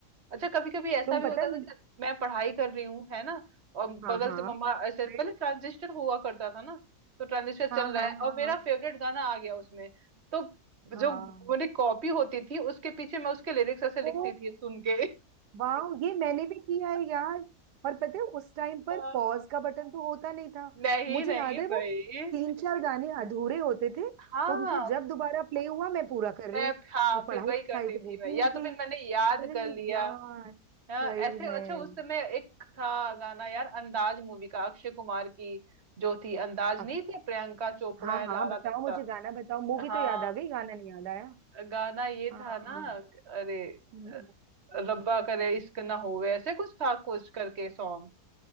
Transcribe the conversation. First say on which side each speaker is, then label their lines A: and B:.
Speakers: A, on the right; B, on the right.
A: अच्छा कभी कभी ऐसा
B: तुम
A: भी
B: पता
A: होता
B: नहीं
A: था चल मैं पढ़ाई कर रही हूँ है ना और
B: हाँ
A: बगल
B: हाँ
A: से मम्मा ऐसे पहले
B: फिर
A: ट्रांजिस्टर हुआ करता था ना तो ट्रांजिस्टर
B: हाँ
A: चल
B: हाँ
A: रहा है
B: हाँ
A: और मेरा
B: हाँ
A: फेवरेट गाना आ गया उसमें तो
B: हाँ
A: जो मेरी कॉपी होती थी उसके पीछे मैं उसके लिरिक्स ऐसे लिखती
B: ओ
A: थी सुन के
B: वाह ये मैंने भी किया है यार और पता है उस टाइम पर
A: हाँ,
B: पॉज का बटन तो होता नहीं था
A: नहीं
B: मुझे
A: नहीं
B: याद है वो
A: भाई
B: तीन चार गाने अधूरे होते थे
A: हाँ
B: उनको जब दोबारा प्ले हुआ मैं पूरा कर रही
A: मैं
B: हूँ
A: हाँ
B: और पढ़ाई
A: फिर वही
B: लिखाई
A: करती
B: तो
A: थी
B: होती
A: मैं या
B: नहीं
A: तो
B: थी
A: फिर मैंने याद
B: अरे
A: कर लिया
B: यार
A: हाँ,
B: सही
A: ऐसे
B: में
A: अच्छा उस समय एक था गाना यार अंदाज मूवी का अक्षय कुमार की जो थी अंदाज
B: अ-
A: नहीं थी प्रियंका चोपड़ा
B: हाँ
A: है
B: हाँ
A: लारा
B: बताओ
A: दत्ता
B: मुझे गाना बताओ मूवी
A: हाँ
B: तो याद आ गई गाना नहीं याद आया
A: गाना ये
B: हाँ
A: था ना
B: हाँ
A: अरे
B: हम्म,
A: अ,
B: हम्म,
A: रब्बा करे इश्क ना होवे ऐसे कुछ था कुछ करके सॉन्ग